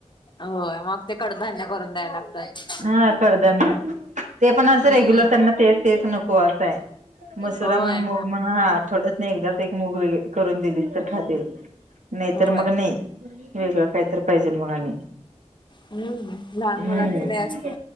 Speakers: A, on the left; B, on the right.
A: होय मग ते कडधान्य करून द्याय लागतात
B: हा कडदानना ते पण असं
A: हम्म
B: रेग्युलर त्यांना तेस तेस नको असं आहे मसुरा
A: होय
B: म्हण मूग म्हण हा थोडच नाही एकदाच एक मूग व करून दिलीस तर खातील नाही
A: होय
B: तरर मग नाही वेगळं काहीतरी पाहिजेल मग आणि
A: हम्म लहान
B: हम्म
A: मुलांच लय असत